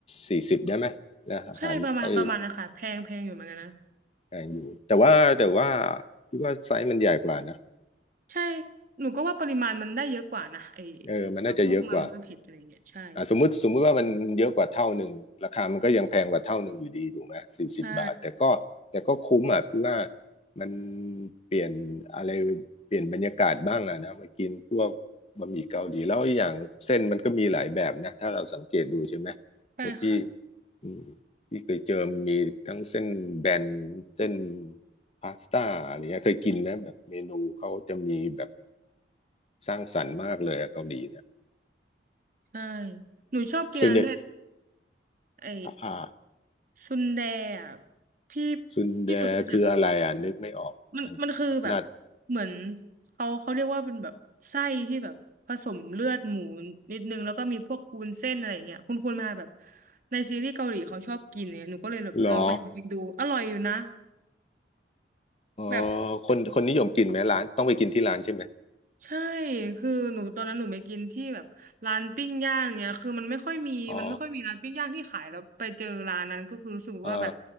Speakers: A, on the left; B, on the right.
A: สี่สิบได้ไหมนะอาหารไอ้
B: ใช่ประมาณประมาณนะคะแพงแพงอยู่เหมือนกันนะ
A: แพงอยู่แต่ว่าแต่ว่าคิดว่าไซส์มันใหญ่กว่านะ
B: ใช่หนูก็ว่าปริมาณมันได้เยอะกว่านะไอ้
A: เออมันน่าจะเยอะกว่า
B: พวกมาม่าเผ็ดอะไรเงี้ยใช่
A: อ่าสมมุติสมมุติว่ามันเยอะกว่าเท่าหนึ่งราคามันก็ยังแพงกว่าเท่าหนึ่งอยู่ดีถูกไหมสี่สิบบาทแต่ก็แต่ก็คุ้มอ่ะพี่ว่า
B: ใช่
A: มันเปลี่ยนอะไรเปลี่ยนบรรยากาศบ้างอ่ะนะมากินพวกบะหมี่เกาหลีแล้วอีกอย่างเส้นมันก็มีหลายแบบนะถ้าเราสังเกตดูใช่ไหม
B: ใช่ค่ะ
A: เพราะพี่อืมพี่เคยเจอมันมีทั้งเส้นแบนเส้นพาสต้าอะไรเงี้ยเคยกินนะแบบเมนูเขาจะมีแบบสร้างสรรค์มากเลยอะเกาหลีเนี่ย
B: ใช่หนูชอบกินอันนั้นด้วย
A: ส่วนใหญ่
B: ไอ้
A: อ่า
B: ซุนแดอ่ะพี่
A: ซุนแดคืออะไรอ่ะนึกไม่ออกมัน
B: พี่สุดรู้จักมันมันคือแบบ
A: นัด
B: เหมือนเขาเขาเรียกว่าเป็นแบบไส้ที่แบบผสมเลือดหมูนิดนึงแล้วก็มีพวกวุ้นเส้นอะไรอย่างเงี้ยคุณคุณมาแบบในซีรีส์เกาหลีเขาชอบกินเนี่ยหนูก็เลยแบบลองไปหากินดูอร่อยอยู่นะ
A: หรอเอ๋อคนคนนิยมกินไหมร้านต้องไปกินที่ร้านใช่ไหม
B: แบบ ใช่คือหนูตอนนั้นหนูไปกินที่แบบร้านปิ้งย่างเนี่ยคือมันไม่ค่อยมีมันไม่ค่อยมีร้านปิ้งย่างที่ขายแล้วไปเจอร้านนั้นก็คือรู้สึกว่าแบบ
A: อ๋อเออ